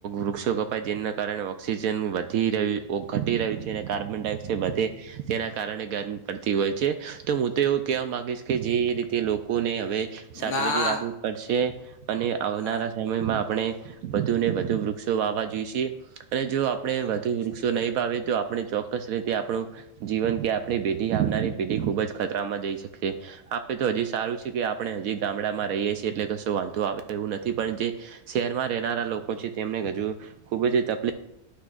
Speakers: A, on the right; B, on the left.
A: વૃક્ષો કપાય, જેના કારણે ઓક્સિજન વધી રહ્યુ, ઘટી રહ્યું. કાર્બન ડાયોક્સાઇડ વધે, તેના કારણે ગરમી પડતી હોય છે, તો હું તો એવું કેવા માંગ? જે રીતે લોકોને હવે સાચવીને
B: ના
A: રાખવી પડશે, અને આવનારા
B: હા
A: આપણે વધુ ને, વધુ વૃક્ષો વાવા જોઈશે, અને જો આપણે
B: વાવા
A: વધુ
B: જઈશ
A: વૃક્ષો નહી વાવીએ તો, આપણે ચોક્કસ રીતે આપણું જીવન કે, આપણી પેઢી આવનારી પેઢી ખુબ જ ખતરામાં જઈ શકશે. આપ તો હજી સારું છે કે, આપણે હજી ગામડામાં રહીએ સી, એટલે કશું વાંધો આવે એવું નથી, પણ જે શહેરમાં રહેનારા લોકો છે, તેમને હજુ ખુબ જ તકલીફ